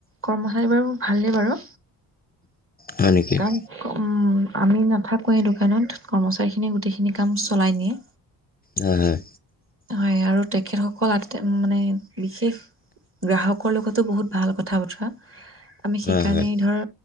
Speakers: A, on the right (about 30°); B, on the left (about 20°).
A: কৰ্মচাৰী বাৰু ভালেই বাৰু
B: হয় নেকি হয়
A: কাৰণ আমি নাথাকো এই দোকানত কৰ্মচাৰী খিনিয়ে গোটেইখিনি কাম চলাই নিয়ে
B: হয় হয়
A: হয় আৰু তেখেতসকল আ মানে বিশেষ গ্ৰাহকৰ লগতো বহুত ভাল কথা বতৰা আমি সেইকাৰণে
B: হয় হয়
A: ধৰ